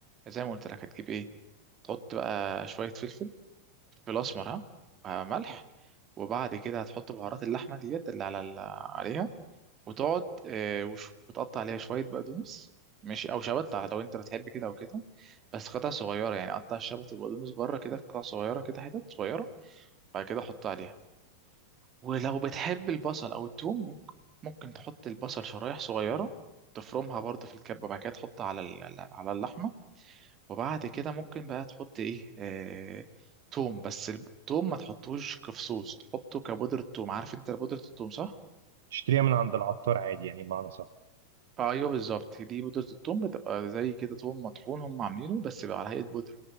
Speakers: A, on the right; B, on the right.
A: زي ما قلت لك هتجيب ايه تحط بقى شويه فلفل فلفل اسمر ها آه، ملح وبعد كده هتحط بهارات اللحمه ديت اللي على ال- عليها وتقعد آه، وش- وتقطع عليها شوية بقدونس ماشي أو شبت لو أنت بتحب كده أو كده بس قطع صغيرة يعني قطع الشبت والبقدونس بره كده في قطع صغيرة كده حتت صغيرة بعد كده حط عليها ولو بتحب البصل أو التوم ممكن ممكن تحط البصل شرايح صغيرة تفرمها برضه في الكبة بعد كده تحطها على ال- على على اللحمة وبعد كده ممكن بقى تحط إيه آه... توم بس التوم ما تحطوش كفصوص تحطه كبودرة توم عارف أنت بودرة التوم صح؟
B: تشتريها من عند العطار عادي يعني بمعنى صح
A: ايوه بالظبط دي بودرة التوم بتبقى زي كده توم مطحون هم عاملينه بس بيبقى على هيئة بودرة